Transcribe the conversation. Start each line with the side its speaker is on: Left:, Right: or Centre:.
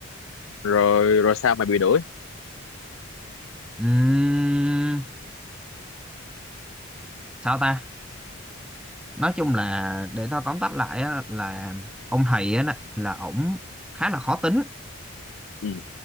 Left: Rồi rồi sao mày bị đuổi?
Centre: Ừm, sao ta nói chung là để tao tóm tắt lại á, là ông thầy á nè, là ổng khá là khó tính
Left: Ừ.